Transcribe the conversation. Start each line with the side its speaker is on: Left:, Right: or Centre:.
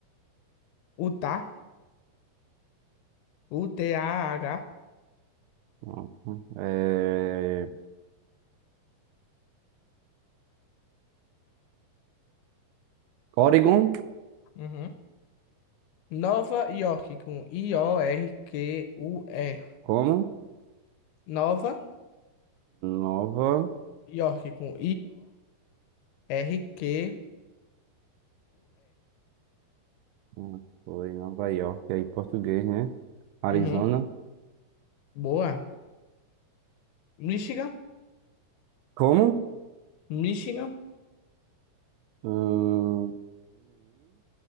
Left: Utah, U-T-A-H.
Right: Não. É, Oregon,
Left: Uhum. Nova York com I-O-R-Q-U-E.
Right: como?
Left: Nova
Right: Nova.
Left: York com I-O-R-Q-U-E.
Right: não, Foi Nova York, aí em português, né? Arizona.
Left: Uhum. Boa. Michigan,
Right: Como?
Left: Michigan,
Right: Hum,